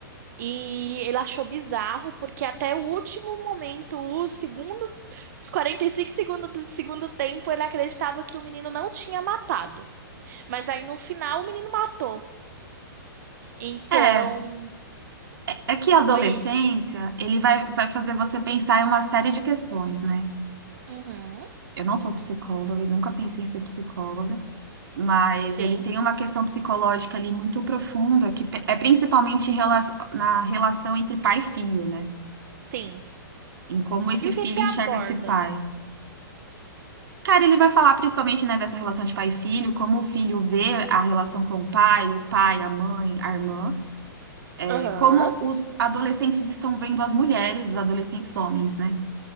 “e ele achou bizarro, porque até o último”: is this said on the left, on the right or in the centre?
Right